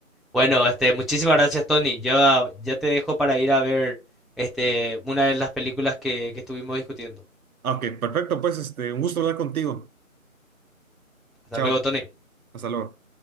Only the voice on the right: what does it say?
Ah, Ok, perfecto, pues este, un gusto hablar contigo.
Chao,
hasta luego.